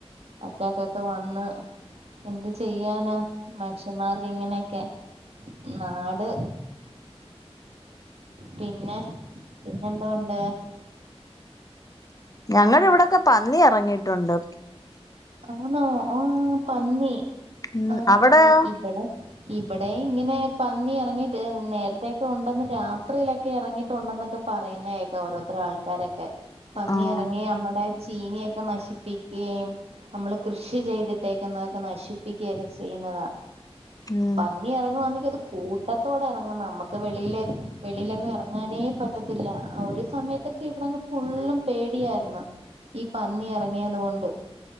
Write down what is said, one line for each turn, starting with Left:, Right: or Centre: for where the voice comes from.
Right: അറ്റാക്കൊക്കെ വന്ന് എന്ത് ചെയ്യാനാ മനഷ്യന്മാർക്ക് ഇങ്ങനെക്കെ നാട് പിന്നെ പിന്നെ എന്തോണ്ട്
Left: ഞങ്ങടെവിടൊക്കെ പന്നി ഇറങ്ങിട്ടുണ്ട്
Right: ആണോ ആഹ പന്നി
Left: ഉം
Right: ആഹ
Left: അവിടെയോ
Right: ആഹ ഇബടെ ഇബ ഏഹ് ഇങ്ങനെ പന്നി ഇറങ്ങിട്ട് നേര്ത്തൊക്കെ ഉണ്ടെന്ന് രാത്രിയിലൊക്കെ ഇറങ്ങിട്ടുണ്ടെന്നൊക്കെ പറയുന്നേക്കാ ഓരോരുത്തരാൾക്കാരൊക്കെ പന്നിയിറങ്ങി
Left: ആഹ്
Right: മ്മടെ ചീനിയൊക്കെ നശിപ്പിക്കുകയും നമ്മള് കൃഷി ചെയ്തിട്ടേക്കുന്നതൊക്കെ നശിപ്പിക്കുകയൊക്കെ ചെയ്യുന്നതാ
Left: ഉം
Right: പന്നി ഇറങ്ങവാന്നെങ്കിൽ അത് കൂട്ടത്തോടെ ഇറങ്ങും നമുക്ക് വെളിൽ വെളിയിലങ്ങും ഇറങ്ങാനേ പറ്റത്തില്ല ഒരു സമയത്തൊക്കെ ഇവിടെങ്ങ് ഫുള്ളും പേടിയായിരുന്നു ഈ പന്നി ഇറങ്ങിയതോണ്ട്